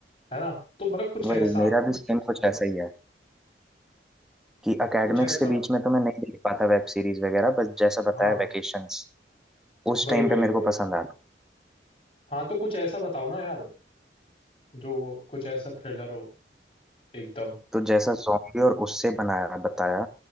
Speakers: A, on the left; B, in the centre.
A: है ना तो मतलब कुछ
B: वही
A: ऐसा
B: मेरा भी सेम कुछ ऐसा ही है कि एकेडमिक्स
A: कुछ ऐसा
B: के बीच में तो मैं नहीं देख पाता वेब सीरीज वगैरह बस जैसा बताया
A: हाँ
B: वेकेशंस उस
A: वही
B: टाइम पे
A: वही
B: मेरे
A: वही
B: को पसंद आता
A: हाँ तो कुछ ऐसा बताओ ना यार जो कुछ ऐसा थ्रिलर हो एकदम
B: तो जैसा जॉम्बी और उससे बनाया बताया